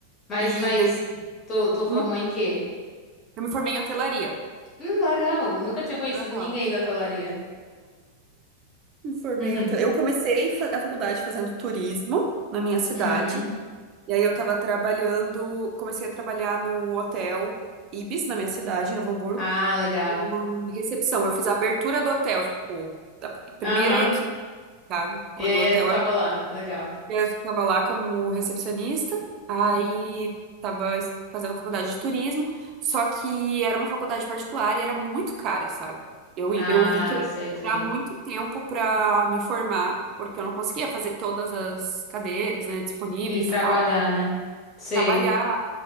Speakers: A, on the left (about 25°); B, on the right (about 35°).
A: Mas,
B: e
A: mas,
B: dei...
A: tu, tu formou
B: Hum?
A: em quê?
B: Eu me formei em hotelaria.
A: Hum, legal. Nunca tinha conhecido
B: Aham.
A: ninguém da hotelaria.
B: Me formei
A: Uhum.
B: em hotel... Eu comecei fa- a faculdade fazendo turismo na minha cidade.
A: Uhum.
B: E aí eu tava trabalhando, comecei a trabalhar no hotel Ibis, na minha cidade, em Novo Hamburgo.
A: Ah, legal.
B: Hum, Recepção, eu fiz a abertura do hotel, tipo, da primeira
A: Aham.
B: equipe, sabe? Quando
A: E aí,
B: o hotel
A: tu tava
B: ab-
A: lá. Legal.
B: eu tava lá como recepcionista, aí tava es- fazendo a faculdade de turismo, só que era uma faculdade particular e era muito cara, sabe? Eu,
A: Ah,
B: eu vi que eu ia
A: sei, sei.
B: demorar muito tempo pra me formar, porque eu não conseguia fazer todas as cadeiras, né, disponíveis
A: E trabalhar,
B: e tal,
A: né? Sei.
B: trabalhar.